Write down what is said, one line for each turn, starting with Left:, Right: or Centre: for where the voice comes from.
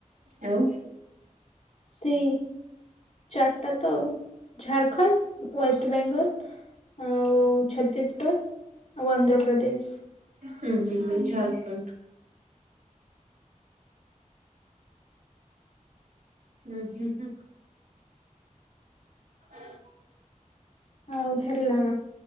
Right: ଆଉ?
Left: ସେଇ ଚାରିଟା ତ। ଝାଡ଼ଖଣ୍ଡ ୱଏେଷ୍ଟ ବେଙ୍ଗଲ ଆଉ ଛତିଶଗଡ଼ ଆଉ ଆନ୍ଧ୍ରପ୍ରଦେଶ।
Right: ହୁଁ ହୁଁ ହୁଁ ଝାରଖଣ୍ଡ। ହୁଁ ହୁଁ ହୁଁ। <unintelligible>
Left: ଆଉ ହେଲା